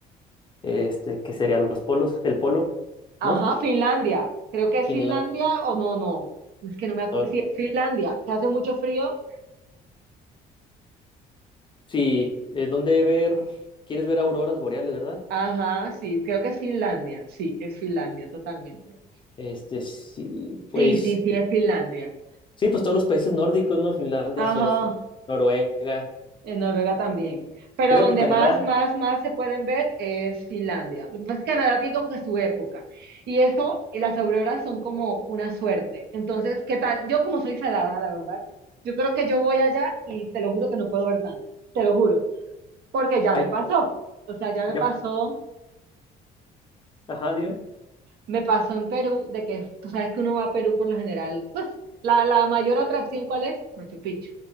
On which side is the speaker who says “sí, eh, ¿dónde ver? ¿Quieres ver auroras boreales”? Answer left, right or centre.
Left